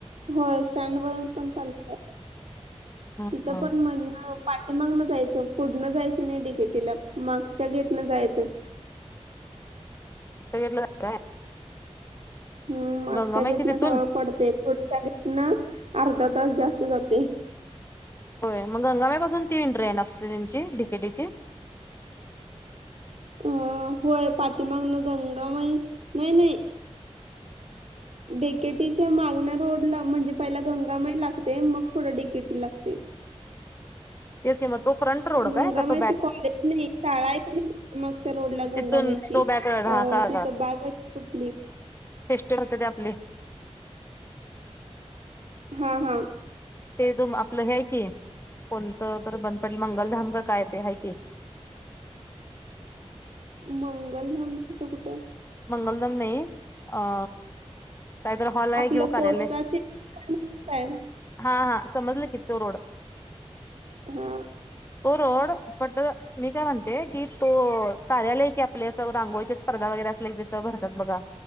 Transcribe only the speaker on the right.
होय स्टँड वरून पण चालत
तिथं पण मधन पाठीमागणं जायचं फुडणं जायचं नाही डिकेटीला मागच्या गेटनं जायचं.
हम्म मागच्या
गेटन
जवळ पडते पुढच्या गेटनं अर्धा तास जास्त जाते.
अ होय पाठीमागण गंगामई नाही नाही डेकेटीच्या मागणा रोड ला म्हणजे पहिला गंगामय लागते मग पुढ डिकेटी लागते.
गंगामाईच
कॉलेज नाही शाळा आहे. मागच्या रोड ला
गंगामईची
अ
तिथं बाग कुठली
हा हा
मंगलधामच त कुठं?
आपलं
पोस्टाचे काय
हा